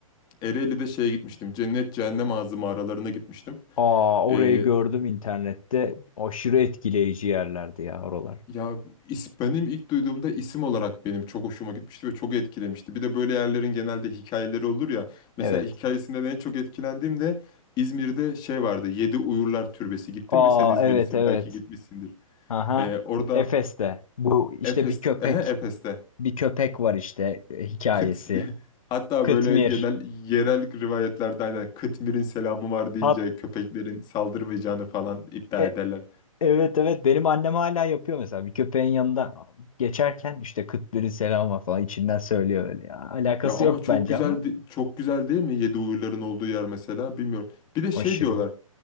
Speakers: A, on the left; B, on the left.
A: Ereğli'de şeye gitmiştim. Cennet Cehennem Ağzı mağaralarına gitmiştim.
B: Aa orayı
A: E,
B: gördüm internette. Aşırı etkileyici yerlerdi ya oralar.
A: ya is, benim ilk duyduğumda isim olarak benim çok hoşuma gitmişti ve çok etkilemişti. Bir de böyle yerlerin genelde hikayeleri olur ya. Mesela
B: Evet.
A: hikayesinde de en çok etkilendiğim de İzmir'de şey vardı. Yedi Uyurlar Türbesi. Gittin
B: Aa
A: mi? Sen İzmirlisin.
B: evet evet.
A: Belki gitmişsindir.
B: Aha.
A: E, orada
B: Efes'te. Bu işte
A: Efes'te,
B: bir köpek
A: ehe, Efes'te.
B: bir köpek var işte e, hikayesi.
A: Kıt, <laughs> hatta
B: Kıtmir.
A: böyle genel yerel rivayetlerde aynen Kıtmir'in selamı var deyince
B: Hat
A: köpeklerin saldırmayacağını falan iddia
B: e-
A: ederler.
B: evet evet benim annem hala yapıyor mesela. Bir köpeğin yanından geçerken işte Kıtmir'in selamı var falan içinden söylüyor öyle ya. Alakası
A: Ya ama
B: yok
A: çok
B: bence
A: güzel
B: ama
A: de- çok güzel değil mi yedi uyurların olduğu yer mesela bilmiyorum. Bir de şey
B: aşırı.
A: diyorlar